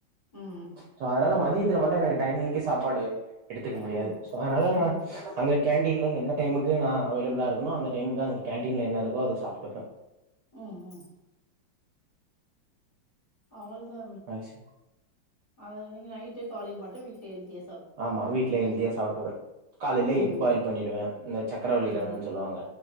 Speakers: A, on the left; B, on the right.
A: ம்
B: சோ அதனால மதிய இதுல மட்டு எனக்கு டைமிங்க்கே சாப்பாடு எடுத்துக்க முடியாது
A: ம்
B: சோ அதனால
A: ம்
B: அங்க கேன் டீன்ல எந்த டைமுக்கு நா அவைலப்ளா இருக்கனோ அந்த டைமுக்கு அங்க கேண்டீன்ல என்ன இருக்கோ அத சாப்டுப்ப
A: ம் ம் அவ்ளதா
B: மேக்சிமம்
A: அது நீங்க நைட்டு காலைல மட் ல வீட்ல ஹெல்த்தியா
B: ஆமா வீட்டுல ஹெல்தியா சாப்டுவ காலைல
A: ம்
B: எக் பாயில் பண்ணிடுவே இந்த சக்கரவள்ளிக்கெழங்குன்
A: ம்
B: சொல்லுவாங்க